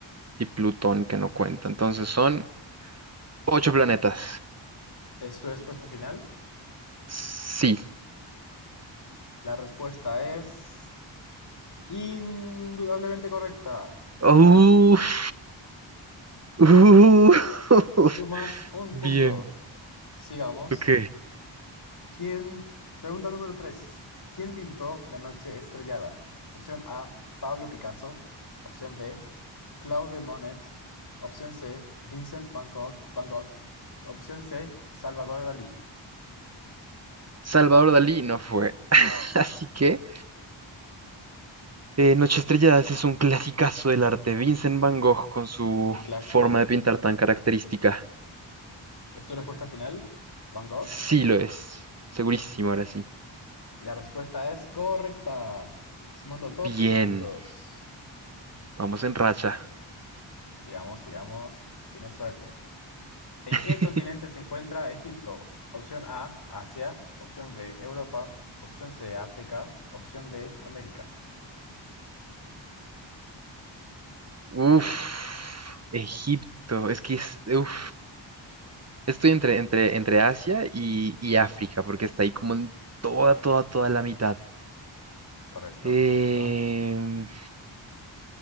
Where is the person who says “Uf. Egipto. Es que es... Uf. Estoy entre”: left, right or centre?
Right